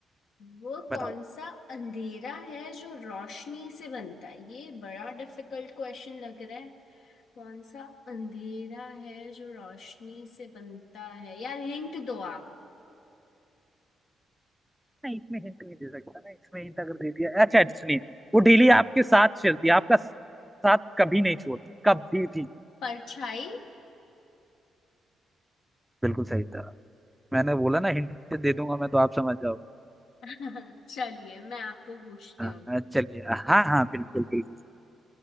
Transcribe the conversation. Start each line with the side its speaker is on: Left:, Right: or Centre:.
Left: वो कौन
Centre: बताओ
Left: सा अंधेरा है जो रोशनी से बनता है ये बड़ा डिफिकल्ट क्वेश्चन लग रहा है कौन सा अंधेरा है जो रोशनी से बनता है यार हिंट दो आप
Centre: नहीं इसमें हिंट नहीं दे सकता ना इसमें हिंट अगर दे दिया अच्छा सुनिए वो डेली आपके साथ चलती है आपका साथ कभी नहीं छोड़ती कभी भी
Left: परछाई
Centre: बिल्कुल सही था मैंने बोला ना हिंट दे दूंगा मैं तो आप समझ जाओ
Left: <laughs> चलिए मैं आपको पूछती
Centre: हाँ
Left: हूँ
Centre: हाँ, चलिए हाँ हाँ बिल्कुल बिल्कुल